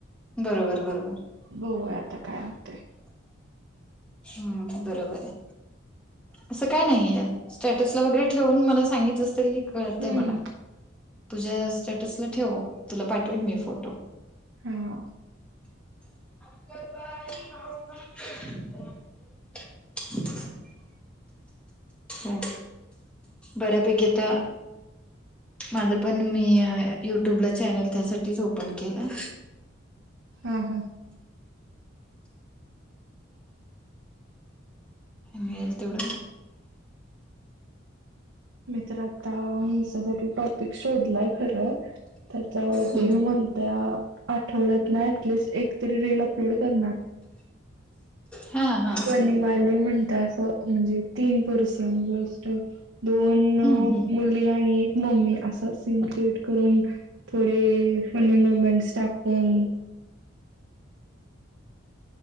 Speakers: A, in the centre; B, on the right (about 80°).
A: बरोबर बरोबर!
B: बघूया आता काय होतय.
A: हम्म बरोबर आहे. असं काय नाही आहे स्टॅटसला वगैरे ठेवून मला सांगितलं तरी कळतय
B: हम्म.
A: मला तुझ्या स्टेटसला ठेव तुला पाठवीन मी फोटो.
B: हा!
A: <unintelligible> <inaudible> अ बऱ्यापैकी आता माझं पण मी युट्यूबला चॅनल त्यासाठीच ओपन केलाय.
B: हा हा.
A: मिळेल तेवड
B: मी तर आता इन्स्टा साठी टॉपिक शोधलाय खरं! तर त्या वरती
A: हम्म
B: मी म्हणतीया आठवड्यातन ऍटलिस्ट एकतरी रील अपलोड करणार.
A: हा हा
B: फनीवाले म्हणता असं म्हणजे तीन पर्सन ज अस दोन
A: हम्म हम्म
B: मुली आणि एक मम्मी असा सीन क्रिएट करून थोडी फनी मुमेंटस टाकून